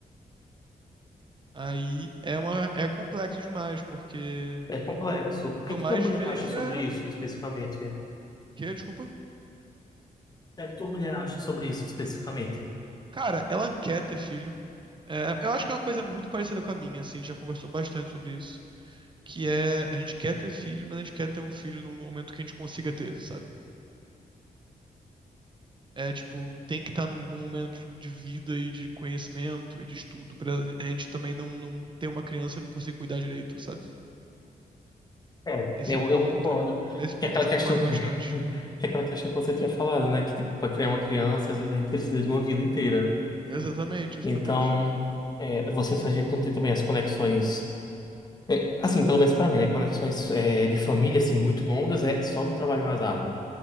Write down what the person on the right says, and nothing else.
Aí é uma, é complexo demais, porque
o
que eu
mais
vejo
é
que, desculpa,
cara, ela quer ter filho. É, eu acho que é uma coisa muito parecida com a minha, assim, a gente já conversou bastante sobre isso, que é a gente quer ter filho, mas a gente quer ter um filho no momento que a gente consiga ter, sabe? É tipo, tem que estar num bom momento de vida e de conhecimento e de estudo pra a gente também não, não ter uma criança e não conseguir cuidar direito, sabe?
Esse
ponto,
nesse ponto
a gente
concorda
bastante.
Exatamente, exatamente.